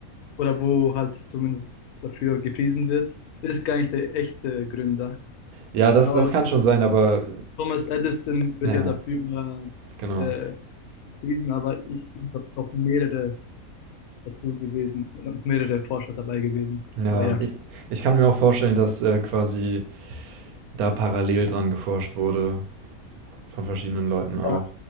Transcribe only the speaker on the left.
oder wo halt zumindest dafür gepriesen wird, ist gar nicht der echte Gründer.
Ich
glaube,
Thomas Edison wird
ja dafür
äh, gepriesen, aber ich habe noch mehrere dazu gewesen und mehrere Forscher dabei gewesen.
Aber ja,
ja